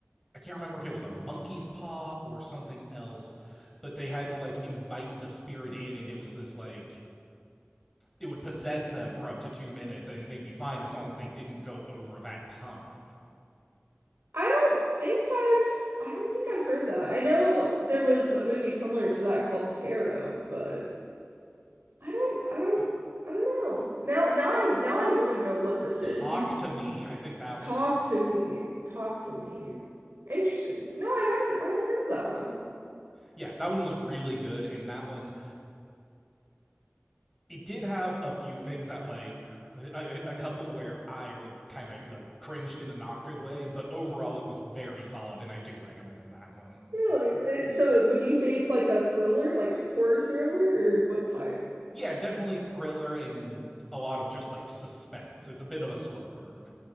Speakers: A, in the centre; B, on the right.
A: I can't remember if it was a monkey's paw or something else, but they had to like invite the spirit in and it was this like it would possess them for up to 2 minutes and they'd be fine as long as they didn't go over that time.
B: I don't think I've I don't think I've heard that. I know there was a movie similar to that called Tarot, but I don't I don't I don't know. Now now I'm now I want to know what this
A: Talk
B: is. You t-
A: to me. I think that
B: talk
A: was it.
B: to me. Talk to me. Interesting. No, I haven't I haven't heard of that one.
A: Yeah, that one was really good and that one it did have a few things that like a, a couple where I was kind of like cringed in a not good way, but overall it was very solid, and I do recommend that one.
B: Really? Eh, So would you say it's like a thriller, like horror thriller, or what type?
A: Yeah, definitely thriller and a lot of just like suspense. It's a bit of a slow burn.